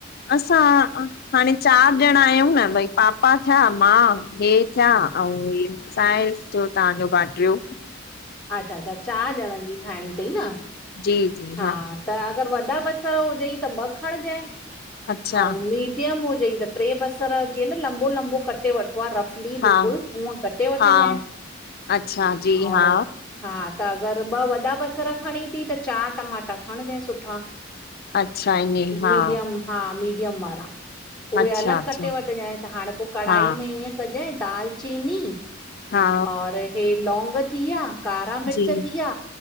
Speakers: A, on the left (about 50°); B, in the centre.
A: असां अ हाणे चारि ॼणा आहियूं न भई पापा थिया मां इहे थिया अउं थ्यो तांव्जो बांटरियो
B: अच्छा अच्छा चारि ॼणनि जी ठाहिणी तई न
A: जी जी
B: हा त अगरि वॾा बसर हुजई त ॿ खणजए
A: अच्छा
B: अउं मी टियम हुजेई त टे बस्सर जीअं न लंबो लंबो कटे वढो आ रफ़ ली
A: हा
B: बिल्कुल हूअ कटे वठजए
A: हा अच्छा जी
B: और
A: हा
B: हा त अगर ॿ वॾा बस्सर खणी ती त चार टमाटा खणजांइ सुठा।
A: अच्छा ईअं हा
B: मीडियम हा मीडियम वारा उहे
A: अच्छा
B: अलग
A: अच्छा
B: कटे वठजए त हाणे पो कढ़ाई
A: हा
B: में हीअं कजंऐ दाल चीनी
A: हा
B: और हे लौंग थी विया कारा मिर्च
A: जी
B: थी विया